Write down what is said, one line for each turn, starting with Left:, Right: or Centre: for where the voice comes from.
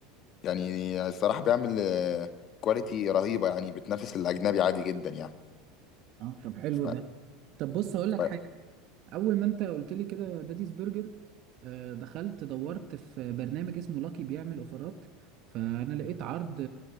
Left: يعني الصراحة بيعمل آه، كواليتي رهيبة يعني بتنافس الأجنبي عادي جدا يعني
Right: اه طب حلو
Left: ف...
Right: ده طب بص اقول لك
Left: ف...
Right: حاجة اول ما انت قلت لي كده داديز برجر آه، دخلت دورت في برنامج اسمه لاكي بيعمل اوفرات فانا لقيت عرض